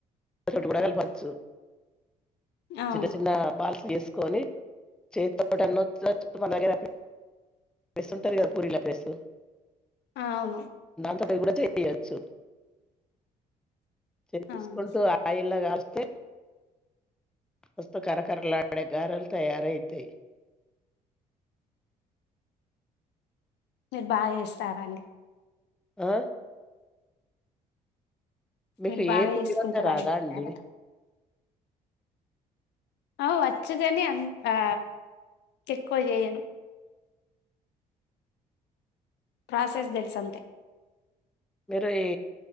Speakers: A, in the centre; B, on the left.
A: చోట్ కూడా కలపచ్చు
B: అవును.
A: చిన్న చిన్న బాల్ చేసుకొని చేతితోటి అన్న వత్తచ్ మన దగ్గర ప్లస్ ఉంటది కదా పూరీల ప్లస్
B: అవును
A: ఉత్తది కూడా చేపియచ్చు చేపిచ్చుకుంటూ
B: అవును.
A: ఆ ఇల్లాగాల్చ మస్తు కరకరలాడే గారెలు తయారయితాయి
B: మీరు బాగా చేస్తారండి
A: ఆ మీకు
B: మీరు బాగా
A: ఏ పిండి
B: చేసుకుంటారండి
A: వంట రాదా అండి
B: క్యారెట్. అ వచ్చదని అంత ఆ ఎక్కువ చేయను ప్రాసెస్ తెలుసంతే
A: మీరు ఈ